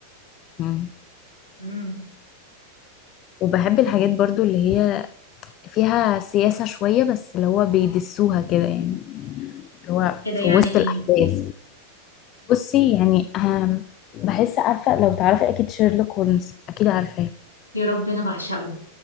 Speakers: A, on the left; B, on the left.
A: مم.
B: امم
A: وبحب الحاجات برضو اللي هي فيها سياسة شوية بس اللي هو بيدسوها كده يعني اللي هو
B: كده
A: في
B: يعني
A: وسط
B: ايه
A: الأحداث بصي يعني أهم بحس عارفة لو تعرفي أكيد شيرلوك هولمز أكيد عارفاه
B: يا رب انا بعشقه